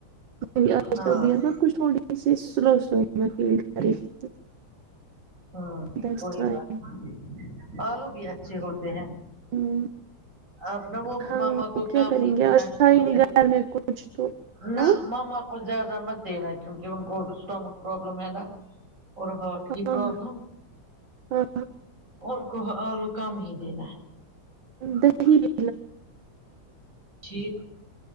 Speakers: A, on the right (about 65°); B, on the right (about 35°).
A: آج
B: ہاں
A: طبیعت کچھ تھوڑی اسی سلو سلو <inaudible>
B: ھاں
A: دیٹس
B: کوئی
A: وائی
B: بات نہیں آلو بھی اچھے ہوتے ہیں
A: ہمم
B: اب نا وہ
A: ہاں
B: ماما کو
A: کیا
B: کام
A: کریں
B: ہی
A: گے
B: دینا
A: اچھا
B: کیونکہ
A: ہی نہیں گھر میں کچھ تو
B: نہ
A: ہاں
B: ماما کو زیادہ مت دینا کیونکی ان کو اسٹامک پرابلم ہے نا اور ہارٹ کی
A: ہاں
B: پرابلم
A: ہاں
B: ان کو الو کم ہی دینا ہے
A: دہی <inaudible>
B: ٹھیک